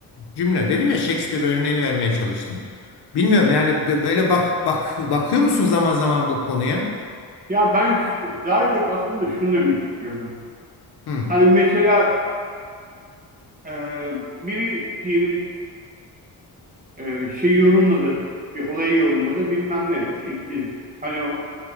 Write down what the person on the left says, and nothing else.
cümle dedim ya Shakespeare örneğini vermeye çalıştım. Bilmiyorum yani b- böyle bak bak bakıyor musun zaman zaman bu konuya?
Hı.